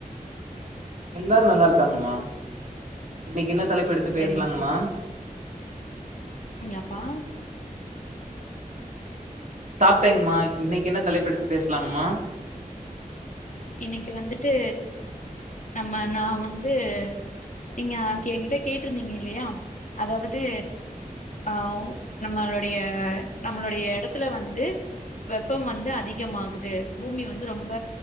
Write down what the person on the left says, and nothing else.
சரிங்கப்பா
ங்களாப்பா <inaudible>
இன்னைக்கி வந்துட்டு நம்ம நா வந்து நீங்க அன்க்கே எங்கிட்ட கேட்ருந்தீங்க இல்லையா அதாவது ஆவ் நம்மளுடைய நம்மளுடைய எடத்துல வந்து வெப்பம் வந்து அதிகமாகுது பூமி வந்து ரொம்ப